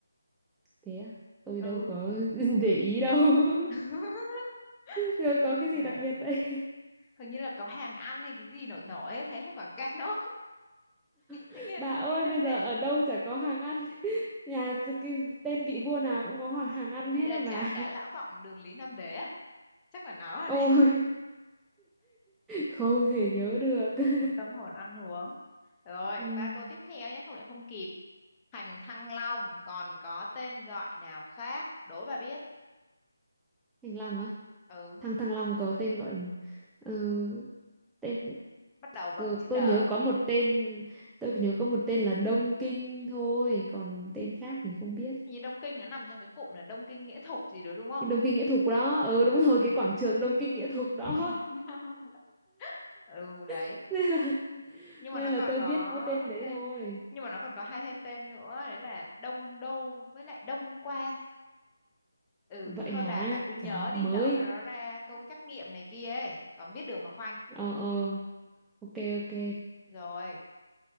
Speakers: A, in the centre; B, on the left.
A: thế à tôi
B: Ừ.
A: đâu có <laughs> để ý đâu <laughs>
B: <laughs>
A: rồi có
B: Úi
A: cái gì
B: giời.
A: đặc biệt vậy
B: Hình như là có hàng ăn hay cái gì nổi nổi ấy, thấy hay quảng cáo. <laughs>
A: <laughs>
B: Thế nghĩa là
A: bà
B: đường
A: ơi
B: Lý Nam
A: bây giờ
B: Đế.
A: ở đâu chả có hàng ăn <laughs> nhà cái tên vị vua nào cũng có hàng ăn
B: Hình
A: hết
B: như là
A: á
B: chả
A: bà
B: cá Lã Vọng đường Lý Nam Đế à? Chắc là nó
A: <laughs>
B: ở đây.
A: ôi
B: <laughs>
A: không thể nhớ được <laughs>
B: Một tâm hồn ăn uống. Rồi,
A: Ừ.
B: qua câu tiếp theo nhé, không lại không kịp. Thành Thăng Long còn có tên gọi nào khác? Đố bà biết.
A: Thành Long á
B: Ừ,
A: thằng thằng Long có tên gọi là ờ, tên
B: bắt đầu bằng
A: ờ,
B: chữ đờ.
A: tôi nhớ có một tên tôi nhớ có một tên là Đông Kinh thôi còn tên khác thì không biết
B: Hình như Đông Kinh nó nằm trong cái cụm là Đông Kinh Nghĩa Thục gì đó đúng không?
A: cái Đông Kinh Nghĩa Thục đó ừ đúng rồi
B: Ừ.
A: cái quảng trường Đông Kinh Nghĩa Thục đó
B: <laughs> ừ đấy
A: <laughs> nên là
B: nhưng
A: nên
B: mà nó còn
A: là tôi
B: có
A: biết mỗi tên đấy
B: thêm
A: thôi
B: nhưng mà nó còn có hai thêm tên nữa đấy là Đông Đô với lại Đông Quan ừ
A: vậy
B: thôi
A: hả
B: bà bà cứ nhớ
A: trời mới
B: đi lỡ mà nó ra câu trắc nghiệm này kia ấy còn biết đường mà khoanh
A: ờ ờ ok ok
B: rồi